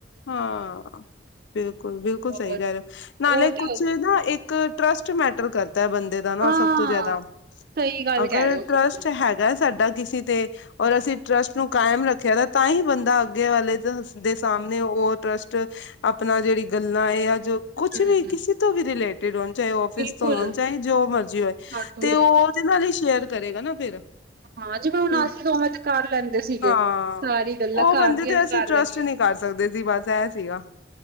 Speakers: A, on the left (about 80°); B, on the right (about 50°).
A: ਹਾਂ, ਬਿਲਕੁਲ -ਬਿਲਕੁਲ
B: ਹੋਰ
A: ਸਹੀ ਕੈਹ ਰਹੇ, ਨਾਲੇ
B: ਉਹ
A: ਕੁਛ
B: ਤੇ
A: ਨਾ ਇੱਕ ਇੱਕ ਟਰੱਸਟ ਮੈਟਰ ਕਰਦਾ ਐ ਬੰਦੇ ਨਾ
B: ਹਾਂ
A: ਸਭ ਤੋਂ ਜਾਦਾ,
B: ਸਹੀ ਗੱਲ
A: ਅਗਰ
B: ਕਹਿ ਰਹੇ ਹੋ
A: ਟਰੱਸਟ
B: ਬਿਲਕੁਲ
A: ਹੈਗਾ ਸਾਡਾ ਕਿਸੇ ਤੇ ਔਰ ਅਸੀਂ ਟਰੱਸਟ ਨੂੰ ਕਾਇਮ ਰੱਖੇਆ ਤਾਂ, ਤਾਂ ਈ ਬੰਦਾ ਅੱਗੇ ਵਾਲੇ ਦੇ ਸਾਹਮਣੇ ਨੇ ਓਹ ਟਰੱਸਟ ਆਪਣਾ ਜੇਹੜੀ ਗੱਲਾਂ ਏ, ਆ, ਜੋ ਕੁਛ
B: ਹੂੰ
A: ਵੀ ਕਿਸੇ ਕਿਤੋਂ ਵੀ ਰਿਲੇਟਿਡ ਹੋਣ, ਚਾਹੇ ਔਫਿਸ
B: ਬਿਲਕੁਲ
A: ਤੋਂ ਹੋਣ, ਚਾਹੇ ਜੋ ਮਰਜ਼ੀ ਹੋਏ,
B: ਘਰ ਤੋਂ
A: ਤੇ
B: ਲੈ
A: ਓਹਦੇ ਨਾਲ ਈ ਸ਼ੇਅਰ ਕਰੇਗਾ ਨਾ ਫਿਰ
B: ਹਾਂ ਜਿਵੇਂ ਹੁਣ
A: ਹਮ
B: ਅਸੀਂ ਦੋਵੇਂ ਤੇ ਕਰ ਲੈਂਦੇ ਸੀਗੇ।
A: ਹਾਂ
B: ਸਾਰੀ ਗੱਲਾਂ
A: ਓਹ
B: ਘਰ
A: ਬੰਦੇ
B: ਦੀਆਂ
A: ਤੇ
B: ਵੀ
A: ਅਸੀਂ
B: ਕਰ
A: ਟਰਸਟ
B: ਲੈਣੀਆਂ
A: ਨਈ ਕਰ ਸਕਦੇ ਜੀ, ਬਸ ਏਹ ਸੀਗਾ।